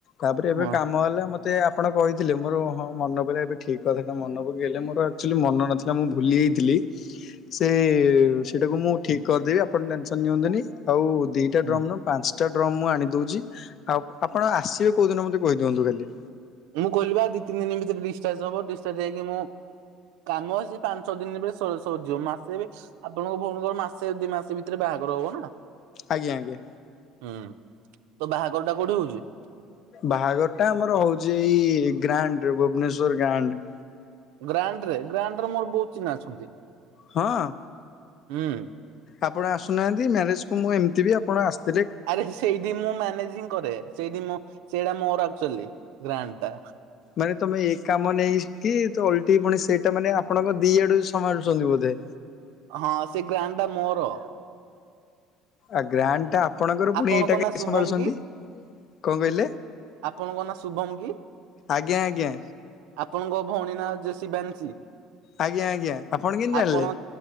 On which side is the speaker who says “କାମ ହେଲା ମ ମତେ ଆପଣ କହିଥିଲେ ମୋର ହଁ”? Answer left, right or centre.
Left